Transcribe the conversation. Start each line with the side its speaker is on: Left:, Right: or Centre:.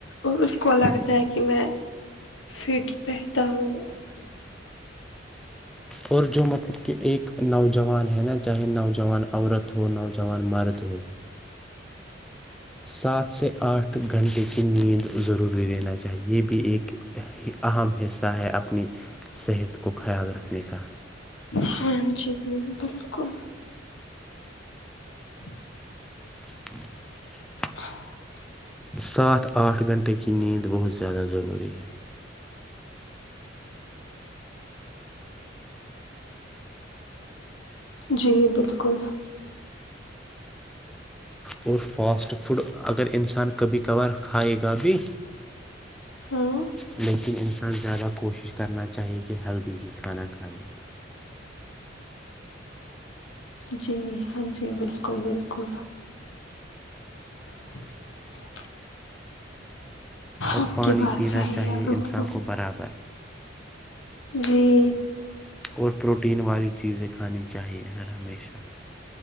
Left: اور اس کو لگتا ہے کہ میں فٹ رہتا ہوں
Centre: اور جو مطلب کہ ایک نوجوان ہیں نا چاہے نوجوان عورت ہو نوجوان مرد ہو سات سے آٹھ گھنٹے کی نیند ضروری لینا چاہیے یہ بھی ایک اہم حصہ ہے اپنی صحت کو خیال رکھنے کا
Left: ہاں جی بالکل <inaudible>
Centre: <inaudible>
Left: <inaudible>
Centre: سات آٹھ گھنٹے کی نیند بہت زیادہ ضروری ہے
Left: جی بالکل
Centre: اور فاسٹ فوڈ اگر انسان کبھی کبھار کھائے گا بھی
Left: ہاں
Centre: لیکن انسان زیادہ کوشش کرنا چاہیئے کہ ہلدی ہی کھانا کھائے
Left: جی ہاں جی بالکل بالکل <inaudible>
Centre: اور
Left: آپ
Centre: پانی
Left: کی بات
Centre: پینا
Left: صحیح
Centre: چاہیے
Left: ہے بالکل
Centre: انسان کو برابر
Left: جی
Centre: اور پروٹین والی چیزیں کھانی چاہیے ہر ہمیشہ